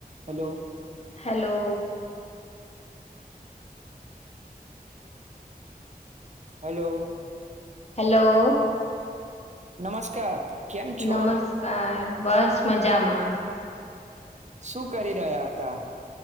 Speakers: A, on the right (about 50°); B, on the left (about 45°).
A: હલો
B: હલો
A: હલોલો
B: હલો
A: નમસ્કાર કેમ છો
B: નમસ્કાર બસ મજામાં
A: શું કરી રહ્યા હતા